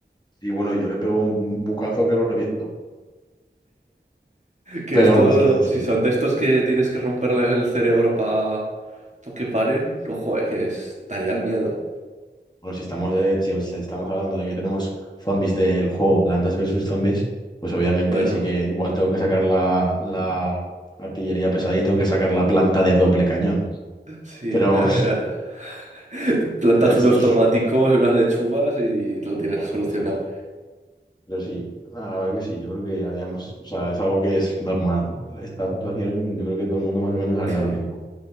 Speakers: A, on the left; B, on the right.
A: y bueno, yo le pego un, un bucazo que lo reviento.
B: Que
A: Pero
B: esto,
A: vamos, que sí.
B: si son de estos que tienes que romperles el cerebro para que paren, ojo, eh, que es- darían miedo.
A: Bueno, si estamos, de, si, si estamos hablando de que tenemos zombies del juego Plantas versus Zombies, pues obviamente
B: Bueno,
A: sí que igual tengo que sacar la, la artillería pesada y tengo que sacar la planta de doble cañón.
B: sí.
A: Pero,
B: ya- ya. Te plantas
A: <laughs> pero
B: unos
A: sí,
B: tomáticos y unas lechugas y lo tienes
A: claro,
B: solucionado.
A: eso es. Pero sí, la la verdad que sí, yo creo que haríamos, o sea, es algo que es normal. ¿no? Esta situación, yo creo que todo el mundo más o menos haría
B: Sí.
A: lo mismo.